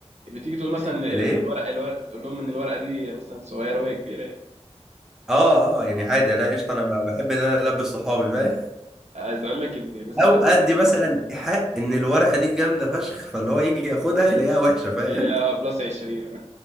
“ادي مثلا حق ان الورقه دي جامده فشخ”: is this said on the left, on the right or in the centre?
Centre